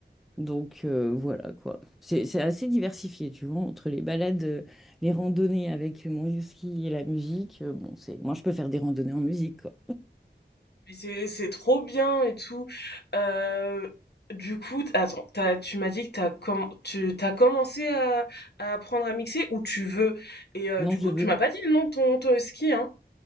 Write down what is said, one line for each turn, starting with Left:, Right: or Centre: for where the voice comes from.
Centre: donc euh, voilà quoi. C'est c'est assez diversifié, tu vois, entre les balades, euh, les randonnées avec mon ski et la musique. euh, bon, c'est moi je peux faire des randonnées en musique quoi.
Left: Mais c'est c'est trop bien et tout. Euh, du coup, t- attends, t'as, tu m'as dit que t'as comm- tu t'as commencé à, à apprendre à mixer où tu veux. Et euh,
Centre: Ah non,
Left: du
Centre: je
Left: coup,
Centre: veux.
Left: tu m'as pas dit le nom de ton, ton ski, hein.